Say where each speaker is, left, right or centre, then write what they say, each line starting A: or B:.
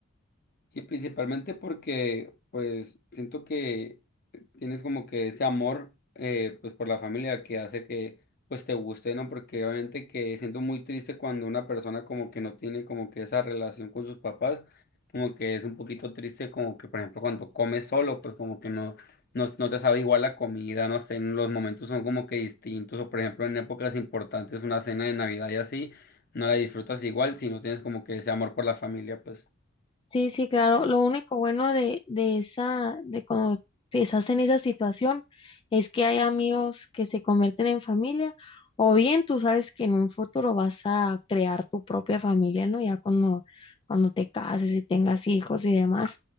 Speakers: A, on the left (about 45°); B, on the left (about 25°).
A: Y principalmente porque, pues, siento que tienes como que ese amor, eh, pues, por la familia que hace que, pues, te guste, ¿no? Porque obviamente que siento muy triste cuando una persona como que no tiene como que esa relación con sus papás, como que es un poquito triste como que, por ejemplo, cuando comes solo, pues, como que no, no, no te sabe igual la comida, no sé, los momentos son como que distintos, o por ejemplo, en épocas importantes, una cena de Navidad y así, no la disfrutas igual si no tienes como que ese amor por la familia, pues.
B: Sí, sí, claro. Lo único bueno de, de esa, de cuando estás en esa situación es que hay amigos que se convierten en familia, o bien tú sabes que en un futuro vas a crear tu propia familia, ¿no? Ya cuando, cuando te cases y tengas hijos y demás,